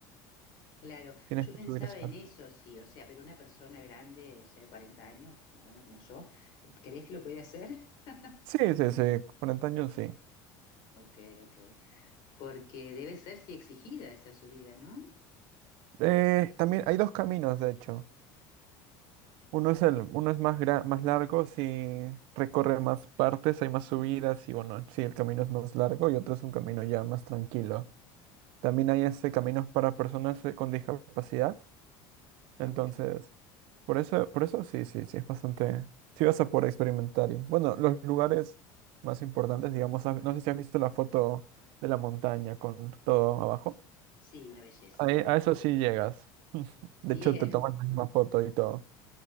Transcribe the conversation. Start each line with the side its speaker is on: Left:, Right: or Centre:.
Left: claro.
Right: Tienes
Left: Yo
Right: que
Left: pensaba
Right: subir escalón.
Left: en eso, sí, o sea, pero una persona grande, o sea, de 40 años, más o menos como yo, ¿crees que lo puede hacer? <laughs>
Right: Sí, sí, sí, con antaño sí.
Left: Ok, ok. Porque debe ser, sí, exigida esa subida, ¿no?
Right: Eh, también hay dos caminos, de hecho. Uno es el, uno es más gra- más largo, si recorre más partes, hay más subidas y bueno, sí, el camino es más largo y otro es un camino ya más tranquilo. También hay este caminos para personas eh, con discapacidad, entonces
Left: Ok.
Right: Por eso, por eso sí, sí, sí, es bastante. Sí vas a poder experimentar. Y, bueno, los lugares más importantes, digamos, has- no sé si has visto la foto de la montaña con todo abajo.
Left: Sí, una belleza.
Right: Ahí- a eso sí llegas. <laughs>
Left: Bien.
Right: De hecho, te toman la misma foto y todo.